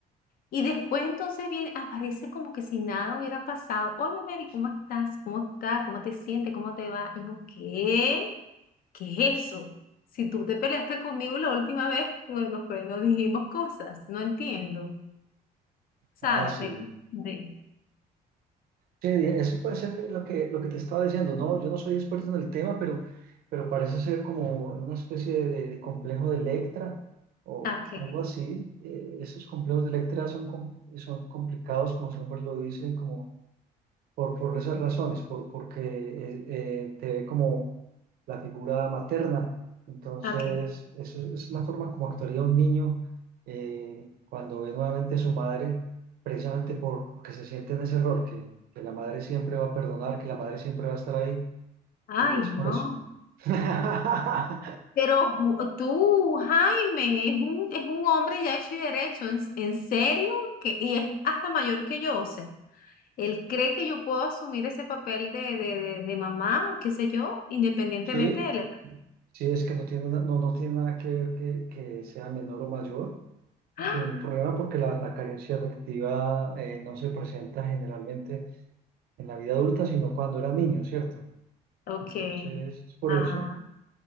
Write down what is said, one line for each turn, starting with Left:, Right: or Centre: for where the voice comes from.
Left: Y después entonces viene, aparece como que si nada hubiera pasado. Hola, Mary, ¿cómo estás? ¿Cómo estás? ¿Cómo te sientes? ¿Cómo te va? Y yo, ¿qué? ¿Qué es eso? Si tú te peleaste conmigo la última vez, bueno, pues nos dijimos cosas. No entiendo. ¿Sabes?
Right: ah, sí,
Left: De, de,
Right: sí, eso puede ser lo que, lo que te estaba diciendo, no, yo no soy experto en el tema, pero, pero parece ser como una especie de, de- de complejo de Electra o
Left: ah, ok,
Right: algo así, Eh, esos complejos de Electra son, com- son complicados, como su nombre lo dice, como... por, por esas razones, por, porque eh, eh, te ve como la figura materna. Entonces,
Left: ok.
Right: eso es la forma como actuaría un niño eh, cuando ve nuevamente a su madre, precisamente por, porque se siente en ese error, que, que la madre siempre va a perdonar, que la madre siempre va a estar ahí,
Left: Ay,
Right: y es
Left: no.
Right: por eso. <laughs>
Left: Pero ju- tú, Jaime, es un, es un hombre ya hecho y derecho, ¿en, en serio? Que, y es hasta mayor que yo, o sea, él cree que yo puedo asumir ese papel de, de, de, de mamá o qué sé yo, independientemente
Right: Sí,
Left: de la edad.
Right: sí, es que no tiene, na- no, no tiene nada que ver que, que sea menor o mayor,
Left: <gasps> ¡Ah!
Right: no tiene ningún problema porque la, la carencia afectiva eh, no se presenta generalmente en la vida adulta, sino cuando era niño, ¿cierto?
Left: Ok,
Right: Entonces, es por
Left: ah,
Right: eso.